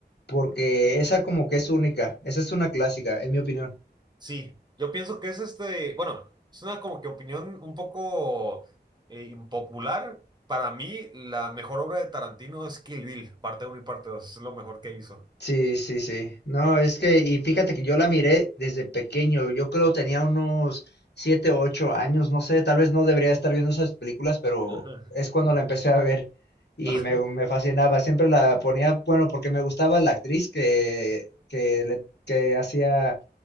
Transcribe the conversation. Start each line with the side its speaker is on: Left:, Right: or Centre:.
Left: porque esa como que es única, esa es una clásica, en mi opinión.
Right: Sí, yo pienso que es este, bueno, es una como que opinión un poco eh, impopular. Para mí, la mejor obra de Tarantino es Kill Bill, parte uno y parte 2. Es lo mejor que hizo.
Left: Sí, sí, sí. No, es que, y fíjate que yo la miré desde pequeño, yo creo tenía unos siete o ocho años, no sé, tal vez no debería estar viendo esas películas, pero
Right: Ajá.
Left: es cuando
Right: sí.
Left: la empecé a ver y
Right: <laughs>
Left: me, me fascinaba, siempre la ponía, bueno, porque me gustaba la actriz que, que, le- que hacía